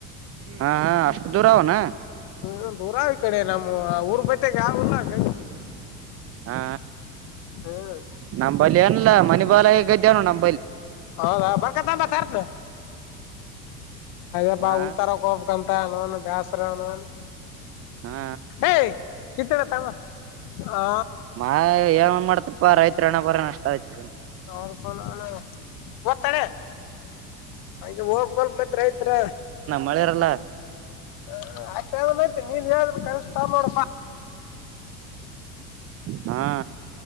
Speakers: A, on the right; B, on the left.
A: ಹಾ ಅಷ್ಟು ದೂರ ಅವನು
B: ಹೂ ದೂರಾ ಈ ಕಡೆ ನಮ್ಮ್ ಊರ್ ಬತಾಗ ಯಾವಲ್ಲೈತ
A: ಹಾ
B: ಹ್ಮ್
A: ನಂಬಲ್ಲಿ ಏನಲ್ಲ ಮನಿ ಬಾಲ ಹೇಗದ್ದ್ಯನು ನಮ
B: ಹೌದಾ ಬರ್ಕರ ಅಬ
A: ಹಾ
B: ಉಲ್ತಾರ ಯತ ಅ ನೋನ್ ಬ್ಯಾಸರ ಅನೋನ್
A: ಹಾ
B: ಏಯ ಕತ್ತಳ ತಮ್ಮ ಆ
A: ಮಾ ಏನ್ ಮಾಡ್ತಪ್ಪಾ ರೈತರ ಹಣೆಬರನೆ ಅಷ್ಟ ಐತಿ
B: ಹೌದು ನಾನು ಓರ್ತಾನೆ ಹಗೆ ಹೋಗ ಹಲ್ಕ್ ರೈತರ
A: ಮಳೆಯಾರಲ್ಲ
B: ಹ ಆಯ್ತಯ್ತಿ ನೀವ ಯ ಕಷ್ಟ ಮಾಡಬಾ
A: ಹಾ